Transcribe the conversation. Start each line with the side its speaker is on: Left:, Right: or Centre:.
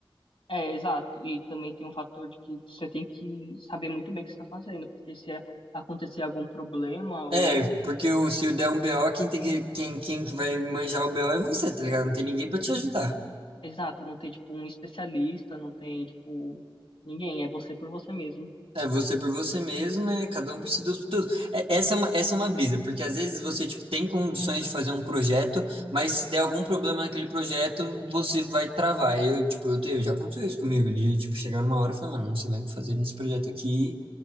Left: é, exato. E também tem um fator de que você tem que saber muito bem o que você está fazendo, porque se acontecer algum problema ou,
Right: É, porque o, se eu der um BO, quem tem que, quem, quem que vai manjar o BO é você, tá ligado? Não tem ninguém pra te ajudar.
Left: exato, não tem, tipo, um especialista, não tem, tipo, ninguém, é você por você mesmo.
Right: É você por você mesmo, é cada um por si, Deus por todos. É, essa é uma, essa é uma brisa, porque às vezes você tipo, tem condições de fazer um projeto, mas se der algum problema naquele projeto, você vai travar. Eu, tipo, eu, tenho, já aconteceu isso comigo, de tipo, chegar uma hora e falar, mano, não sei mais o que fazer nesse projeto aqui,